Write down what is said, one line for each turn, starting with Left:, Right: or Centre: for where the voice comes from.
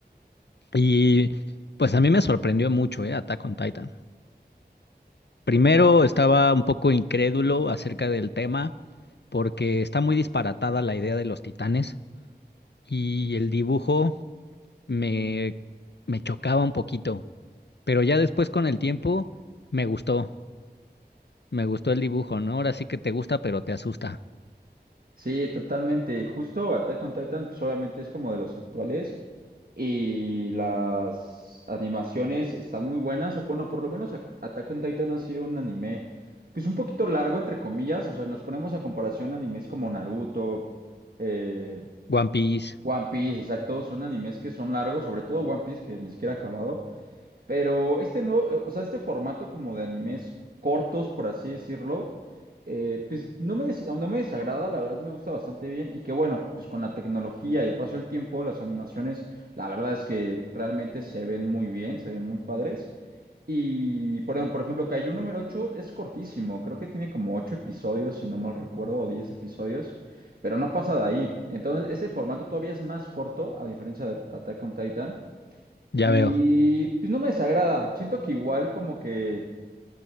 Left: Y pues a mí me sorprendió mucho, eh, Attack on Titan. Primero estaba un poco incrédulo acerca del tema porque está muy disparatada la idea de los titanes y el dibujo me, me chocaba un poquito, pero ya después con el tiempo me gustó, me gustó el dibujo, ¿no? Ahora sí que te gusta, pero te asusta.
Right: Sí, totalmente. Justo Attack on Titan, pues obviamente es como de los actuales y las animaciones están muy buenas, o bueno, por lo menos At- Attack on Titan ha sido un anime, pues un poquito largo, entre comillas, o sea, nos ponemos a comparación a animes como Naruto, eh,
Left: One Piece,
Right: One Piece, exacto, son animes que son largos, sobre todo One Piece, que ni siquiera ha acabado, pero este nuevo, eh, o sea, este formato como de animes cortos, por así decirlo, eh, pues no me, des- no me desagrada, la verdad me gusta bastante bien. Y que bueno, pues con la tecnología y el paso del tiempo, las animaciones, la verdad es que realmente se ven muy bien, se ven muy padres. Y por ejemplo, por ejemplo, Kaiju número ocho es cortísimo, creo que tiene como 8 episodios, si no mal recuerdo, o 10 episodios, pero no pasa de ahí. Entonces, ese formato todavía es más corto, a diferencia de Attack on Titan.
Left: ya
Right: Y
Left: veo.
Right: pues no me desagrada. Siento que igual como que